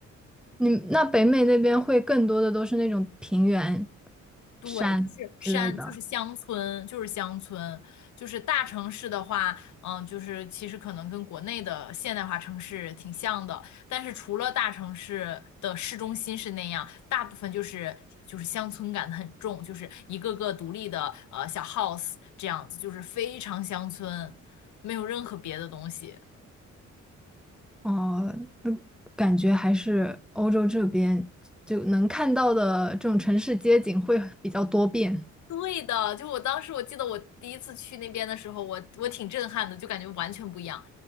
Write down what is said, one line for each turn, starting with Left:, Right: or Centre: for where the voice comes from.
Centre: 你那北美那边会更多的都是那种平原、
Left: 对，
Centre: 山之类的。
Left: 就是山，就是乡村，就是乡村，就是大城市的话，嗯，就是其实可能跟国内的现代化城市挺像的，但是除了大城市的市中心是那样，大部分就是就是乡村感很重，就是一个个独立的呃小 house 这样子，就是非常乡村，没有任何别的东西。
Centre: 哦，嗯感觉还是欧洲这边就能看到的这种城市街景会比较多变。
Left: 对的，就我当时我记得我第一次去那边的时候，我我挺震撼的，就感觉完全不一样，